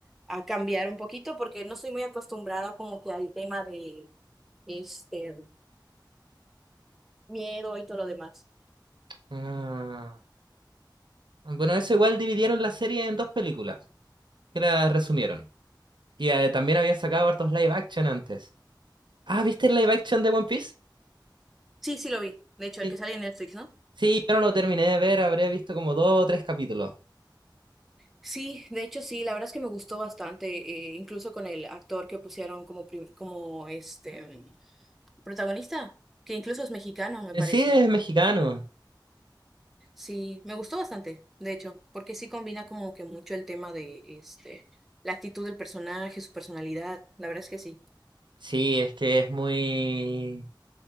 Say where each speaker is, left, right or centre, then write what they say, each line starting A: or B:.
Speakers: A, in the centre; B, on the right.
A: a cambiar un poquito porque no soy muy acostumbrada como que al tema de este miedo y todo lo demás.
B: Ah. Bueno, eso igual dividieron la serie en dos películas, que la resumieron. Y eh, también habían sacado hartos live action antes. Ah, ¿viste el live action de One Piece?
A: Sí, sí lo vi. De hecho,
B: Sí.
A: el que sale en Netflix, ¿no?
B: Sí, yo no lo terminé de ver, habré visto como dos o tres capítulos.
A: Sí, de hecho sí, la verdad es que me gustó bastante, eh, incluso con el actor que pusieron como, prim- como este mm, protagonista, que incluso es mexicano, me
B: Eh,
A: parece.
B: Sí, es mexicano.
A: Sí, me gustó bastante, de hecho, porque sí combina como que mucho el tema de este, la actitud del personaje, su personalidad, la verdad es que sí.
B: Sí, es que es muy...